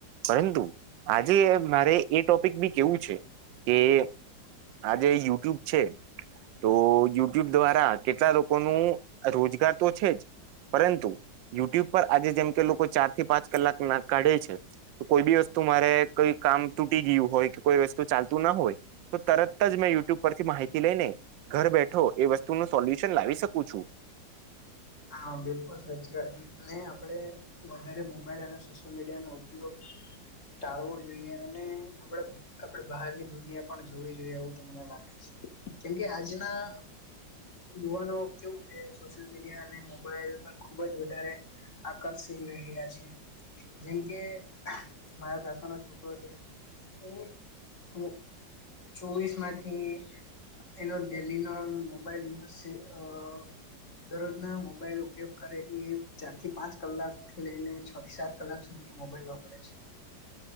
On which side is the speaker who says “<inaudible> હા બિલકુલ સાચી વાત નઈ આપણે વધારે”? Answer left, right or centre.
Left